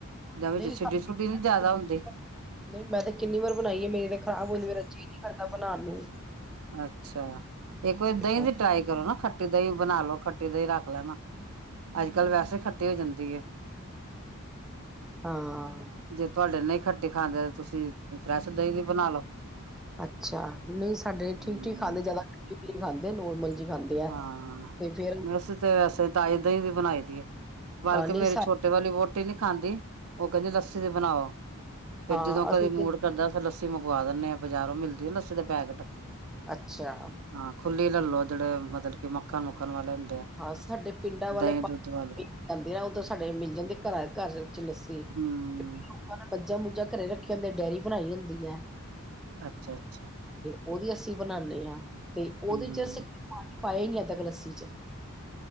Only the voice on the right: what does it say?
ਜਾਂ ਵਿੱਚ
ਛਿੱਡੀ ਛੁੱਡੀ ਨੀ ਜ਼ਿਆਦਾ ਹੁੰਦੀ
ਅੱਛਾ। ਇੱਕ ਵਾਰੀ ਦਹੀਂ
ਦੀ ਟਰਾਈ ਕਰੋ, ਨਾ ਖੱਟੀ ਦਹੀਂ ਬਣਾ ਲੋ। ਖੱਟੀ ਦਾ ਹੀ ਰੱਖ ਲੈਣਾ, ਅੱਜ-ਕੱਲ ਵੈਸੇ ਖੱਟੀ ਹੋ ਜਾਂਦੀ ਏ।
ਜੇ ਤੁਹਾਡੇ ਨਹੀਂ ਖੱਟੀ ਖਾਂਦੇ ਤੁਸੀਂ ਫਰੈਸ਼ ਦਹੀਂ ਦੀ ਬਣਾਲੋ।
ਹਮ
ਹਾਂ
ਨਹੀ ਅਸੀਂ ਤੇ ਵੈਸੇ ਤਾਈ ਦਹੀ ਦੀ ਬਣਾਈ ਦੀ ਏ। ਬਲਕਿ
ਮੇਰੇ
ਛੋਟੇ ਵਾਲੀ ਵੋ ਡੇ ਨੀ ਖਾਂਦੇ। ਉਹ ਕਹਿੰਦੇ ਲੱਸੀ ਤੇ ਬਣਾਓ, ਫੇਰ
ਜਦੋਂ
ਕਦੇ ਮੂੜ
ਕਰਦਾ ਲੱਸ ਮੰਗਵਾ ਦਿੰਦੇ ਆ ਬਜ਼ਾਰੋਂ ਮਿਲ ਲੱਸੀ ਦੇ ਪੈਕੇਟ
ਹਾਂ ਖੁੱਲ ਲੈ ਲੋ ਜਿਹੜੇ ਮਤਲਬ ਕਿ ਮੱਖਣ- ਮੁੱਖਣ ਵਾਲੇ ਹੁੰਦੇ ਆ
ਦਹੀਂ
ਦੁੱਧ ਵਾਲੇ
ਹਮ
ਅੱਛਾ, ਅੱਛਾ।
ਹਮ